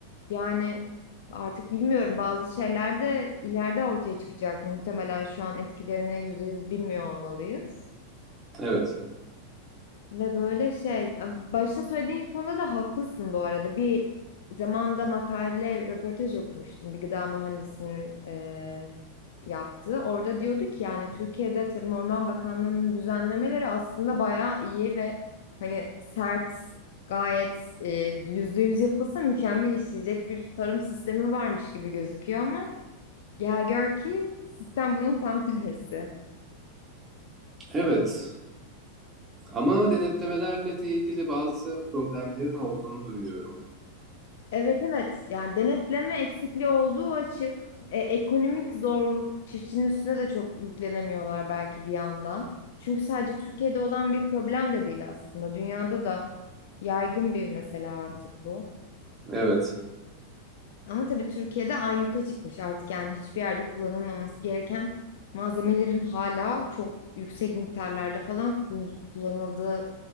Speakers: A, on the left; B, on the right.
A: Yani artık bilmiyorum bazı şeyler de ileride ortaya çıkacak. Muhtemelen şu an etkilerini yüzde yüz bilmiyor olmalıyız.
B: Evet.
A: Ve böyle şey, başta söylediğin konuda da haklısın bu arada. Bir zamanda makale, röportaj okumuştum. Bir gıda mühendisinin eee yaptığı. Orada diyordu ki yani Türkiye'de Tarım Orman Bakanlığı'nın düzenlemeleri aslında bayağı iyi ve hani sert, gayet eee, yüzde yüz yapılsa mükemmel işleyecek bir tarım sistemi varmış gibi gözüküyor ama gel gör ki sistem bunun tam tersi.
B: Evet. Ama denetlemelerle de ilgili bazı problemlerin olduğunu duyuyorum.
A: Evet evet yani denetleme eksikliği olduğu açık. E, ekonomik zorluk çiftçinin üstüne de çok yüklenemiyorlar belki bir yandan. Çünkü sadece Türkiye'de olan bir problem de değil aslında. Dünyada da yaygın bir mesele artık bu.
B: Evet.
A: Ama tabii Türkiye'de ayyuka çıkmış artık yani hiçbir yerde kullanılmaması gereken malzemelerin hala çok yüksek miktarlarda falan kul- kullanıldığı